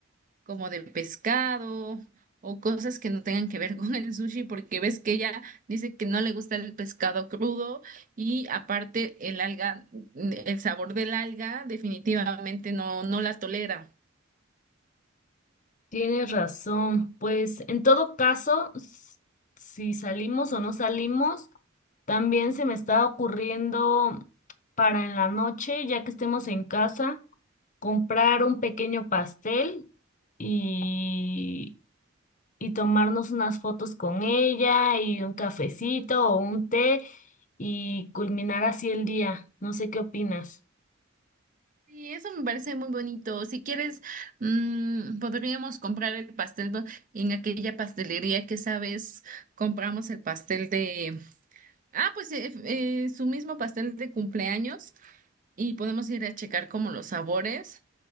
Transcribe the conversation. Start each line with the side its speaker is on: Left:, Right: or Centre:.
Right: como de pescado o cosas que no tengan que ver <laughs> con el sushi, porque ves que ella dice que no le gusta el pescado crudo y aparte el alga, el sabor del alga definitivamente no, no la tolera.
Left: Tienes razón. Pues en todo caso, s- si salimos o no salimos, también se me está ocurriendo para en la noche, ya que estemos en casa, comprar un pequeño pastel y y tomarnos unas fotos con ella y un cafecito o un té y culminar así el día. No sé qué opinas.
Right: Y eso me parece muy bonito. Si quieres, mm, podríamos comprar el pastel do- en aquella pastelería que sabes, compramos el pastel de... Ah, pues eh, eh, su mismo pastel de cumpleaños y podemos ir a checar como los sabores.